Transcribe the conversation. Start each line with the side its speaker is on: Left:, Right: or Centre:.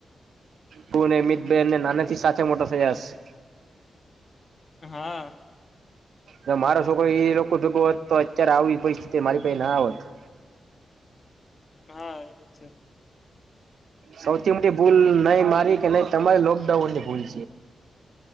Right: પુણે મિત. બેનને, નાનેથી સાથે મોટો થયાશે <inaudible>
Left: હા.
Right: જો, મારો છોકરો એ લોકો દગો હોત તો અત્યારે, આવી પરિસ્થિતિ મારી પાહે ના આવત <inaudible>
Left: હા, એ છે
Right: સૌથી મોટી ભૂલ નઈ મારી કે નઈ તમારી લોકડાઉનની ભૂલ છે.